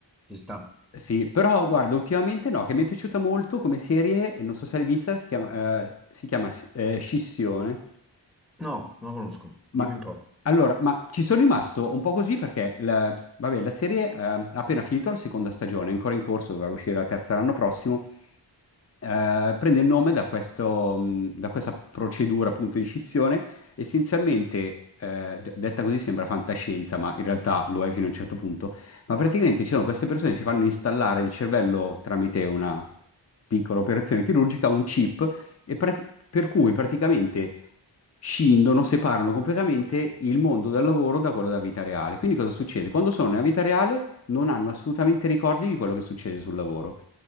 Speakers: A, in the centre; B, on the left.
A: Ci sta.
B: Sì, però guarda, ultimamente no, che mi è piaciuta molto come serie, e non so se l'hai vista, si chiama, eh, si chiama eh, Scissione.
A: No, non la conosco.
B: Ma
A: Dimmi un po'.
B: allora, ma ci sono rimasto un po' così perché la, vabbè, la serie eh, ha appena finito la seconda stagione, è ancora in corso, dovrà uscire la terza l'anno prossimo. eh, prende il nome da, questo, mh, da questa procedura appunto di scissione. Essenzialmente, eh, d- detta così sembra fantascienza, ma in realtà lo è fino a un certo punto. Ma praticamente ci sono queste persone che si fanno installare il cervello tramite una piccola operazione chirurgica, un chip e prati- per cui praticamente scindono, separano completamente il mondo del lavoro da quello della vita reale. Quindi cosa succede? Quando sono nella vita reale non hanno assolutamente ricordi di quello che succede sul lavoro.